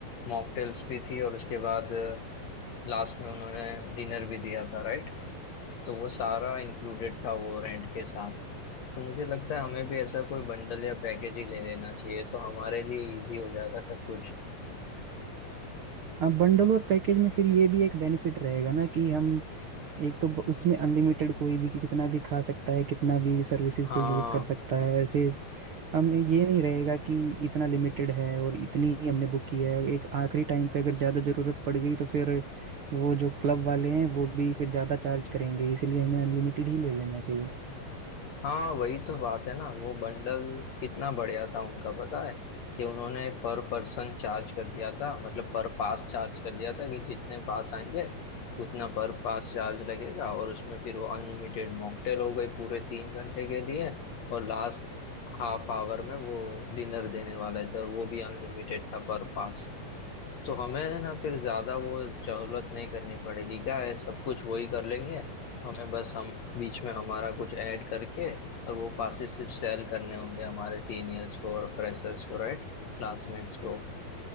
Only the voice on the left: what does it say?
मॉकटेल्स भी थी और उसके बाद लास्ट में उन्होंने डिनर भी दिया था राइट तो वो सारा इंक्लूडेड था वो रेंट के साथ तो मुझे लगता है हमें भी ऐसा कोई बंडल या पैकेज ही ले लेना चाहिए तो हमारे लिए इजी हो जाएगा सब कुछ
हाँ
हाँ वही तो बात है ना वो बंडल कितना बढ़िया था उनका पता है कि उन्होंने पर पर्सन चार्ज कर दिया था मतलब पर पास चार्ज कर दिया था कि जितने पास आएंगे उतना पर पास चार्ज लगेगा और उसमें फिर वो अनलिमिटेड मॉकटेल हो गई पूरे तीन घंटे के लिए और लास्ट हाफ आवर में वो डिनर देने वाले थे और वो भी अनलिमिटेड था पर पास तो हमें है ना फिर ज्यादा वो जहलत नहीं करनी पड़ेगी क्या है सब कुछ वही कर लेंगे हमें बस हम बीच में हमारा कुछ ऐड करके और वो पासेस सिर्फ सेल करने होंगे हमारे सीनियर्स को और फ्रेशर्स को राइट क्लासमेट्स को